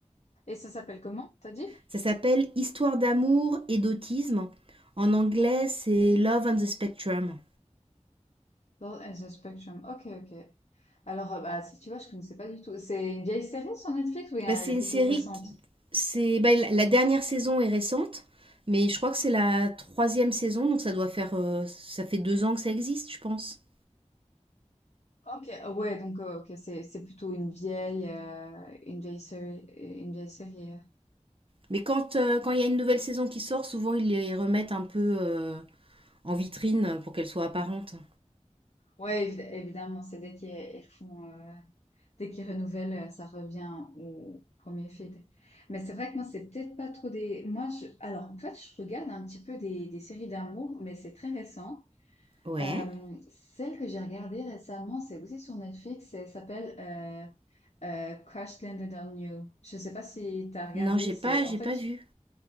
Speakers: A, on the left; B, on the right.
A: Et ça s'appelle comment, t'as dit?
B: Ça s'appelle Histoire d'amour et d'autisme. En anglais, c'est Love on the Spectrum.
A: Love as a Spectrum. Ok, ok. Alors, euh, bah, si tu vois, je connaissais pas du tout. C'est une vieille série sur Netflix ou elle
B: Ben, c'est
A: est
B: une
A: plutôt
B: série
A: récente?
B: qui. C'est, ben, la- dernière saison est récente, mais je crois que c'est la troisième saison, donc ça doit faire. euh, ça fait deux ans que ça existe, je pense.
A: Ok. Ah Ouais, donc euh, ok, c'est c'est plutôt une vieille euh, une vieille série une vieille série. euh.
B: Mais quand euh, quand il y a une nouvelle saison qui sort, souvent ils les remettent un peu euh, en vitrine pour qu'elle soit apparente.
A: Ouais, évi- évidemment, c'est dès qu'ils ils font euh, dès qu'ils renouvellent, euh, ça revient au premier feed. Mais c'est vrai que moi, c'est peut-être pas trop des. Moi, je alors en fait, je regarde un petit peu des des séries d'amour, mais c'est très récent.
B: Ouais.
A: Euh, celle que j'ai regardée récemment, c'est aussi sur Netflix. Elle s'appelle euh, Euh, Crash Landed on You. Je sais pas si tu as regardé.
B: Non, j'ai
A: C'est
B: pas, j'ai
A: en fait,
B: pas vu.